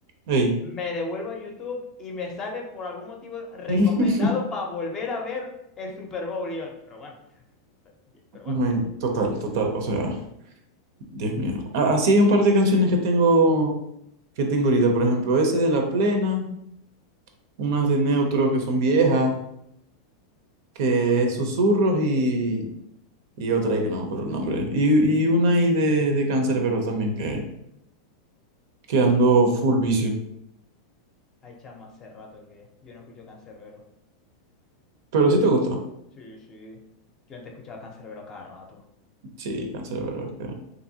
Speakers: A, on the right; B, on the left.
A: ey.
B: me devuelvo a YouTube y me sale por algún motivo recomendado
A: <laughs>
B: para volver a ver el Super Bowl León. Pero bueno, pero, pero
A: Men,
B: bueno.
A: Total, total, o sea. Dios mío. A- Así hay un par de canciones que tengo, que tengo ahorita. Por ejemplo, ese de La Plena, unas de Neutro que son viejas, que es Susurros y, y otra ahí que no me acuerdo el nombre. Y, y una ahí de, de Canserbero también que, que ando full vicio.
B: Ay, chamo, hace rato que yo no escucho Canserbero.
A: Pero
B: Yo
A: sí
B: antes,
A: te gusta.
B: sí, sí. Yo antes escuchaba Canserbero a cada rato.
A: Sí, Canserbero. es que-